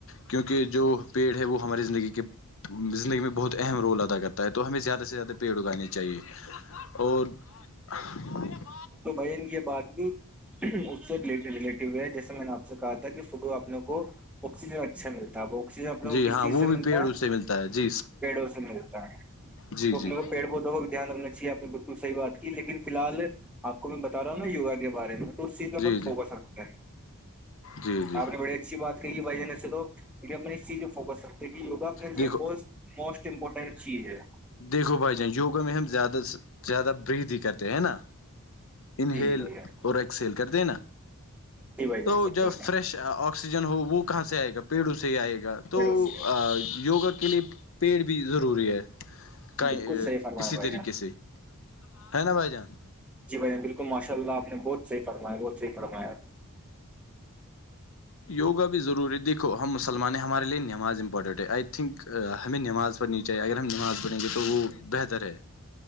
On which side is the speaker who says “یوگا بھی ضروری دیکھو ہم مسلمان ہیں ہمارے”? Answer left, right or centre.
Left